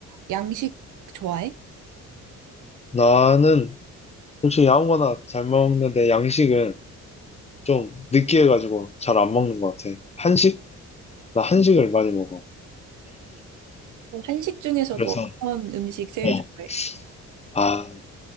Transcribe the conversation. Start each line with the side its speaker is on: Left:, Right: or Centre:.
Right: 양식 좋아해?
Left: 나는 솔직히 아무거나 잘 먹는데, 양식은 좀 느끼해가지고 잘 안 먹는 것 같아. 한식? 나 한식을 많이 먹어.
Right: 한식 중에서도
Left: 그래서,
Right: 어떤 음식 제일
Left: 어,
Right: 좋아해?
Left: 아,